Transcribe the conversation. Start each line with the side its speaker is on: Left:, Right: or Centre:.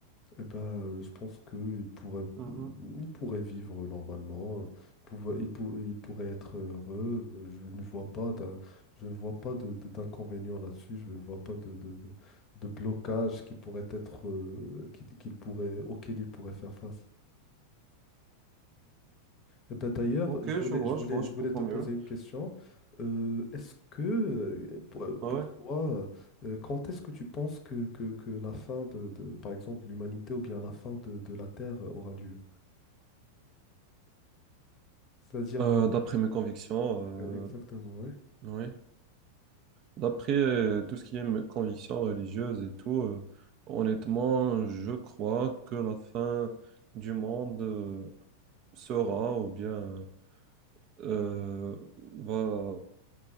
Left: eh ben, euh, je pense qu'il pourrait,
Right: Mhm.
Left: mm, il pourrait vivre normalement, euh, pouvo- il, pour- il pourrait être heureux. euh, Je ne vois pas d'un, je ne vois pas de, de- d'inconvénient là-dessus. Je ne vois pas de, de, de- de blocage qui pourrait être, euh, qui- qu'il pourrait, auquel il pourrait faire face. Eh ben, d'ailleurs,
Right: Ok,
Left: je voulais,
Right: je vois,
Left: je voulais,
Right: je vois, je
Left: je voulais
Right: comprends
Left: te poser
Right: mieux.
Left: une question. Euh, est-ce que, euh, pour,
Right: Ouais.
Left: pour toi, euh, quand est-ce que tu penses que, que, que la fin de, de, par exemple, de l'humanité ou bien la fin de de la Terre aura lieu? C'est-à-dire
Right: Euh,
Left: que,
Right: d'après mes convictions, euh,
Left: euh, exactement, ouais.
Right: oui. D'après euh, tout ce qui est m- conviction religieuse et tout, euh, honnêtement, je crois que la fin du monde euh, sera ou bien euh, va